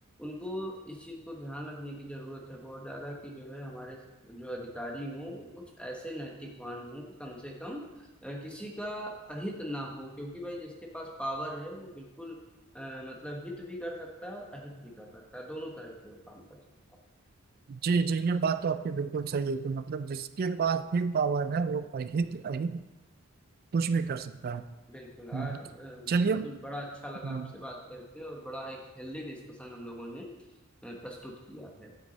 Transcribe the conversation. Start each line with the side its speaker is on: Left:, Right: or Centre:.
Centre: उनको इस चीज को ध्यान रखने की जरूरत है बहुत ज्यादा कि जो है हमारे जो अधिकारी हों वो कुछ ऐसे नैतिकवान हों कि कम से कम अ, किसी का अहित ना हो क्योंकि भाई जिसके पास पावर है वो बिल्कुल अ, मतलब हित भी कर सकता है और अहित भी कर सकता है दोनों तरह के वो काम कर सकता है
Right: जी जी ये बात तो आपकी बिल्कुल सही है कि मतलब जिसके पास भी पावर है वो अहित अहित कुछ भी कर सकता है
Centre: बिल्कुल और
Right: हम्म,
Centre: अ,
Right: चलिए
Centre: बिल्कुल बड़ा अच्छा
Right: हम्म,
Centre: लगा आपसे बात करके और बड़ा एक हेल्दी डिस्कशन हम लोगों ने अ, प्रस्तुत किया है